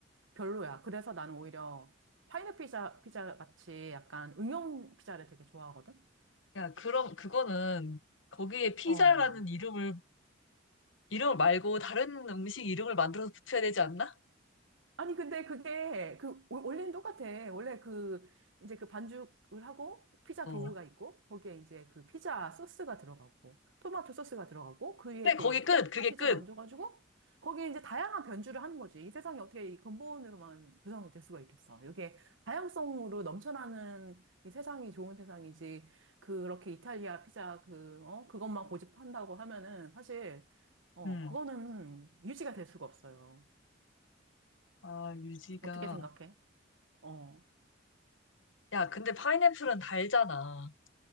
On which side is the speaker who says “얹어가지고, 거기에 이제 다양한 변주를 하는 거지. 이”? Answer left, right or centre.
Right